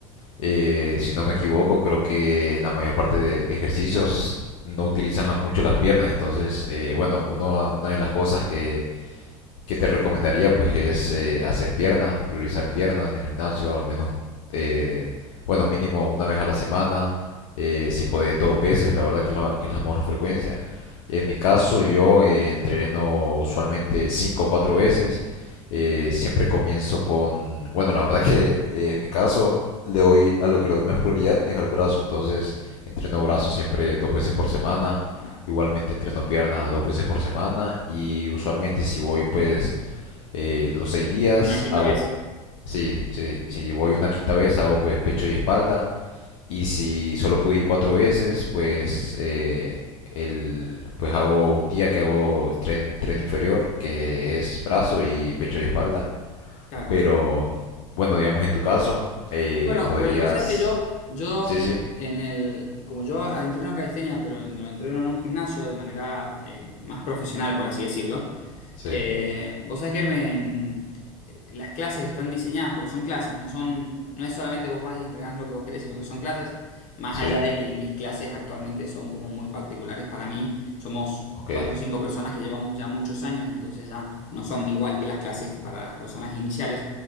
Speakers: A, on the left; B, on the left.
A: eh, si no me equivoco, creo que en la mayor parte de, de ejercicios no utilizan la- mucho las piernas, entonces, eh, bueno, uno, una de las cosas que que te recomendaría pues es eh, hacer piernas priorizar piernas en el gimnasio, al menos, eh, bueno, mínimo una vez a la semana, eh, si puede dos veces, la verdad que, lo- que es la mejor frecuencia. En mi caso yo eh, entreno usualmente cinco o cuatro veces, eh, siempre comienzo con, bueno, la verdad que eh, en mi caso le doy a lo que le doy más prioridad es al brazo, entonces entreno brazo siempre dos veces por semana. Igualmente entreno pierna dos veces por semana y usualmente si voy pues eh, los seis días
B: Una quinta
A: hago,
B: vez.
A: sí, sí, si voy una quinta vez hago pues pecho y espalda y si solo pude ir cuatro veces pues eh, el, pues hago un día que hago tren, tren inferior que es brazo y pecho y espalda
B: Claro.
A: pero bueno digamos en tu caso eh,
B: Bueno,
A: podrías
B: pero vos sabés que yo, yo
A: sí
B: mm,
A: sí
B: en el, como yo ah, entreno calistenia, pero en- lo entreno en un gimnasio de manera eh, más profesional, por así decirlo.
A: sí
B: eh, vos sabés que me, mm, las clases están diseñadas porque son clases, no son, no es solamente vos vas y entrenás lo que vos querés, sino que son clases, más
A: sí
B: allá de que mis clases actualmente son como muy particulares para mí, somos
A: ok
B: cuatro o cinco personas que llevamos ya muchos años, entonces ya no son igual que las clases para las personas iniciales.